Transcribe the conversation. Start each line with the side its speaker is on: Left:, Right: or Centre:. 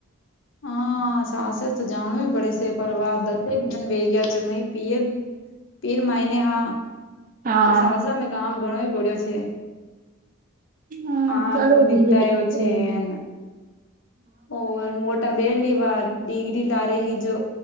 Left: હા સાસરે તો જાણુ પડે છે પરિવાર દસેે એક દન વયાજ ન પીર <inaudible> પીર માયને હા
Right: હા
Left: જો સાસરામે કામ ઘણો પડ્યો છે
Right: હા
Left: હાનુંવ
Right: કરો
Left: નિનીપટાયો
Right: ધીરે ધીરે
Left: છે એને ઓ મોટા બેન વી વા ડિગ્રી લા રહી હ જો